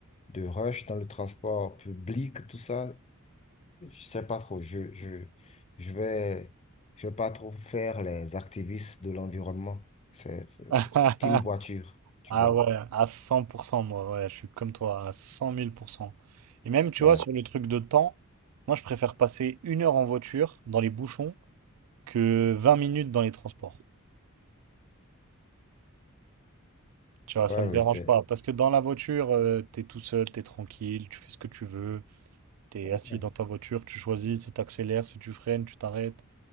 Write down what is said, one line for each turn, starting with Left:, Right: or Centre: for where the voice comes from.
Left: de rush dans le transport public, tout ça, je sais pas trop. Je, je, je vais, je vais pas trop faire les activistes de l'environnement. C'est c'est-
Right: <laughs>
Left: c'est team voiture, tu
Right: Ah
Left: vois.
Right: ouais, à cent pour 100, moi, ouais, je suis comme toi, à cent mille pour cent. Et même, tu
Left: Ouais,
Right: vois, sur le truc de temps, moi, je préfère passer une heure en voiture, dans les bouchons, que 20 minutes dans les transports. Tu vois, ça
Left: ouais,
Right: me
Left: mais
Right: dérange
Left: c'est
Right: pas. Parce que dans la voiture, euh, t'es tout seul, t'es tranquille, tu fais ce que tu veux. T'es
Left: ouais,
Right: assis dans ta voiture, tu choisis si t'accélères, si tu freines, tu t'arrêtes.